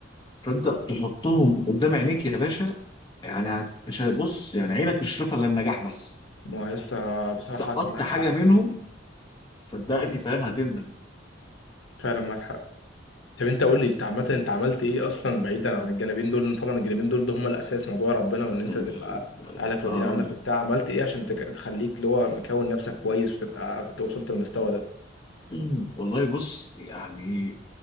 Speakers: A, on the left; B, on the left.
A: فانت تحطهم قدام عينيك يا باشا يعني هت- مش هتبص يعني عينك مش شايفه الا النجاح بس
B: ما هو لسه بصراحه
A: سقطت
B: كان معاك
A: حاجه
B: حق
A: منهم صدقني
B: مم.
A: فاهم هتندم
B: فعلا معاك حق طب انت قول لي انت عامه انت عملت ايه اصلا بعيدا عن الجانبين دول لأن طبعا الجانبين دول ده هم الاساس موضوع ربنا وان انت
A: آه،
B: تبقى اهلك راضيين
A: آه، هقول
B: عنك
A: لك
B: وبتاع عملت ايه عشان تك- تخليك اللي هو مكون نفسك كويس وتبقى وصلت للمستوى ده
A: <clears throat> والله بص يعني